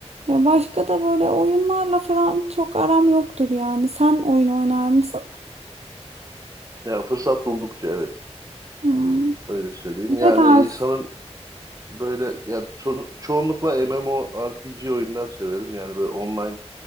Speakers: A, on the right; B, on the right.
A: Ya Başka da böyle oyunlarla falan çok aram yoktur yani. Sen oyun oynar mısın?
B: Ya fırsat buldukça evet.
A: Hmm.
B: Öyle söyleyeyim.
A: Ne
B: Yani
A: tarz?
B: insanın böyle yani ço- çoğunlukla MMORPG oyunlar severim. Yani böyle online